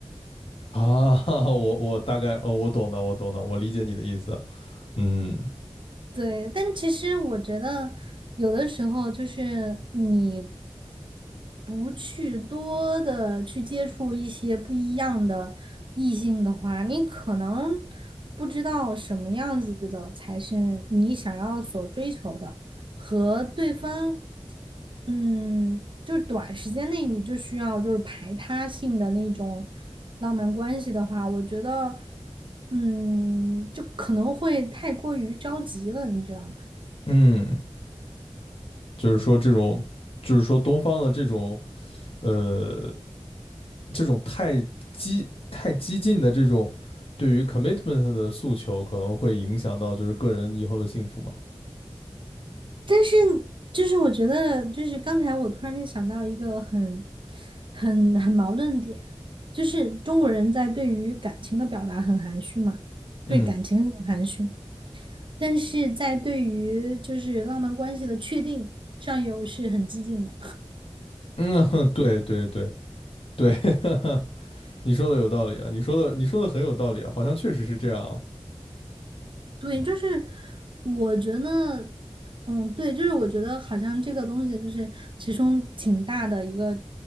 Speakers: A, on the left; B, on the right.
A: 啊，<laughs> 我我大概哦，我懂的，我懂的，我理解你的意思。嗯
B: 对，但其实我觉得有的时候就是你不去多的去接触一些不一样的异性的话，你可能不知道什么样子的才是你想要所追求的，和对方，嗯，就是短时间内你就需要就是排他性的那种。浪漫关系的话，我觉得，嗯，就可能会太过于着急了，你知道吗？
A: 嗯，就是说这种，就是说东方的这种呃，这种太激太激进的这种对于 commitment 的诉求，可能会影响到就是个人以后的幸福嘛。
B: 但是，就是我觉得，就是刚才我突然间想到一个很、很、很矛盾的点，就是中国人在对于感情的表达很含蓄嘛，
A: 嗯
B: 对感情很含蓄，但是在对于就是浪漫关系的确定上又是很激进的。
A: 嗯，<laughs> 对对对对，<laughs> 你说的有道理啊，你说的你说的很有道理啊，好像确实是这样啊。
B: 对，就是我觉得，嗯，对，就是我觉得好像这个东西就是其中挺大的一个